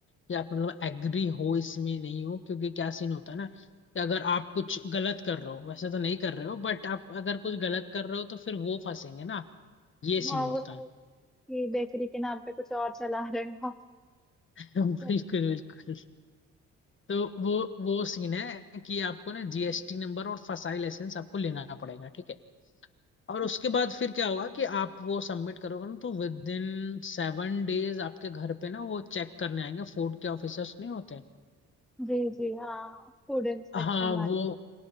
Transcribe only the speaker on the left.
कि आप मतलब एग्री हो इसमें नहीं हो क्योंकि क्या सीन होता है ना कि अगर आप कुछ गलत कर रहे हो वैसे तो नहीं कर रहे हो बट आप अगर कुछ गलत कर रहे हो तो फिर वो फंसेंगे ना ये सीन
होता
है
<laughs>
बिल्कुल बिल्कुल तो वो वो सीन है कि आपको ना जीएसटी नंबर और फसाई लाइसेंस आपको लेना पड़ेगा ठीक है और
उसके बाद फिर क्या होगा कि आप वो सबमिट करोगे ना तो विद इन सेवन डेज आपके घर पे ना वो चेक करने आएंगे फूड के ऑफिसर्स नहीं होते
हाँ
वो